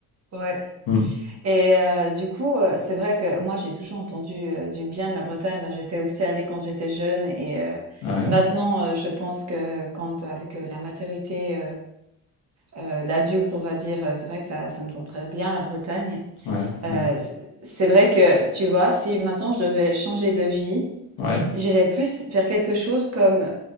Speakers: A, on the right; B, on the left.
A: ouais
B: Hmm.
A: et heu, du coup, heu, c'est vrai que moi, j'ai toujours entendu, heu, du bien de la Bretagne. Ben, j'étais aussi allée quand j'étais jeune et heu,
B: Ouais,
A: maintenant, heu, je pense que quand euh, avec, heu, la maturité, heu, d'adulte, on va dire, heu, c'est vrai que ça ça me tenterait bien la Bretagne.
B: ouais,
A: Heu,
B: ouais,
A: c'est c'est vrai que, tu vois, si maintenant je devais changer de vie,
B: ouais.
A: j'irais plus vers quelque chose comme